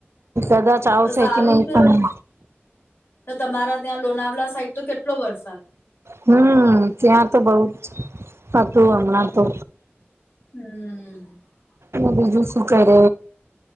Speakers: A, on the right; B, on the left.
A: કદાચ આવશે
B: તો સારું
A: કે નહી
B: છે
A: પણ
B: તો તમારા ત્યાં લોનાવલા સાઈડ તો કેટલો વરસાદ
A: હમ ત્યાં તો બહુ જ હતું હમણાં તો
B: હમ
A: બીજું શું કર